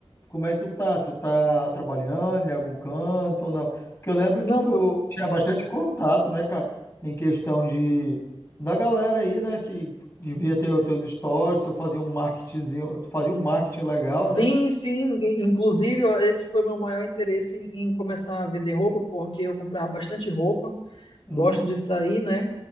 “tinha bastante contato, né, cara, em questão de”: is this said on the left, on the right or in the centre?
Left